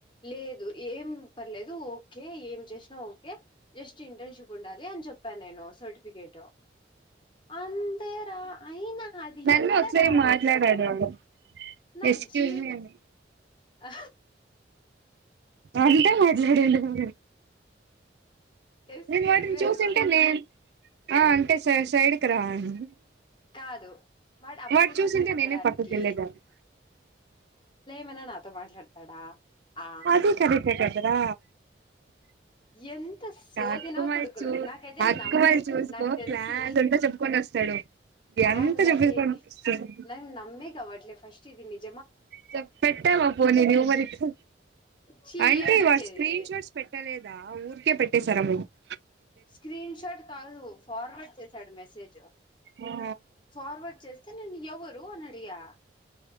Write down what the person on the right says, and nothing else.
నన్ను
ఒకసారి
మాట్లాడాడు వాడు
ఎక్స్క్యూజ్
మీ అని
అంతా మాట్లాడిండు <unintelligible>
నేను వాటిని
చూసి
ఉంటేనే ఆ అంటే స సైడ్కి రా అని
వాడు చూసింటే
నేనే పక్కకెళ్లేదాన్ని
అదీ కరెక్టే కద్ కదా
అక్కుమల్
చూ
అక్కుమల్
చూసుకో
క్లాస్ అంతా చెప్పుకొని వస్తాడు
ఎంత
చెప్పుకొని వస్తాడు
చెప్ పెట్టావా పోనీ న్యూమరిక్స్
అంటే
వాడు స్క్రీన్ షాట్స్ పెట్టలేదా ఆ ఊరికే పెట్టేసారా <unintelligible>
ఆ